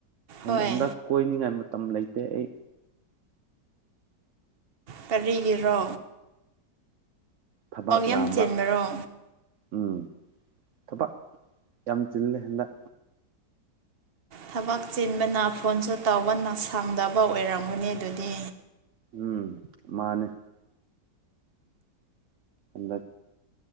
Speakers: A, on the right; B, on the right.
A: ꯍꯣꯏ
B: ꯍꯟꯗꯛ ꯀꯣꯏꯅꯤꯡꯉꯥꯏ ꯃꯇꯝ ꯂꯩꯇꯦ ꯑꯩ꯫
A: ꯀꯔꯤꯒꯤꯔꯣ꯫
B: ꯊꯕꯛ
A: ꯌꯥꯝ
B: ꯌꯥꯝꯕ꯫
A: ꯆꯤꯟꯕꯔꯣ
B: ꯎꯝ ꯊꯕꯛ ꯌꯥꯝ ꯆꯤꯜꯂꯦ ꯍꯟꯗꯛ꯫
A: ꯊꯕꯛ ꯆꯤꯟꯕꯅ ꯐꯣꯟꯁꯨ ꯇꯧꯕ ꯁꯥꯡꯗꯕ ꯑꯣꯏꯔꯝꯒꯅꯤ ꯑꯗꯨꯗꯤ꯫
B: ꯎꯝ ꯃꯥꯅꯦ꯫ ꯍ